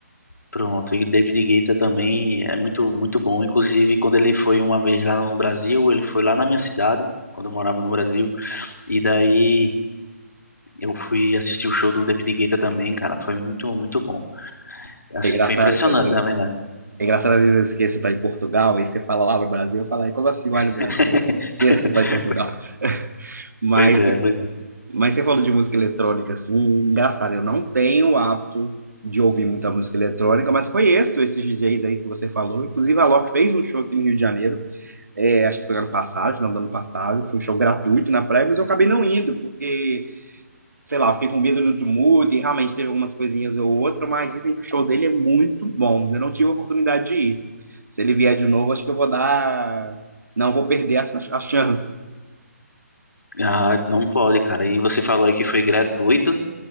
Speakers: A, on the left; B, on the right.
A: pronto, e o David Guetta também é muito, muito bom, inclusive, quando ele foi uma vez lá no Brasil, ele foi lá na minha cidade, quando eu morava no Brasil, e daí eu fui assistir o show do David Guetta também, cara, foi muito, muito bom. Assim,
B: É engraçado
A: foi impressionante,
B: que
A: na verdade.
B: É engraçado, às vezes eu esqueço de estar em Portugal, aí você fala lá no Brasil, eu falo, "Ai, como assim vai no
A: <laughs>
B: Brasil? Esqueço de estar em Portugal. Mas,
A: Pois é, pois é.
B: mas você falou de música eletrônica, assim, engraçado, eu não tenho o hábito de ouvir muita música eletrônica, mas conheço esses DJs aí que você falou. Inclusive, a Loki fez um show aqui no Rio de Janeiro, é, acho que foi ano passado, final do ano passado, foi um show gratuito na praia, mas eu acabei não indo, porque sei lá, fiquei com medo do tumulto e realmente teve algumas coisinhas ou outra, mas dizem que o show dele é muito bom. Ainda não tive a oportunidade de ir. Se ele vier de novo, acho que eu vou dar. Não vou perder essa, a chance.
A: Ah, não pode, cara. E você falou aí que foi gratuito.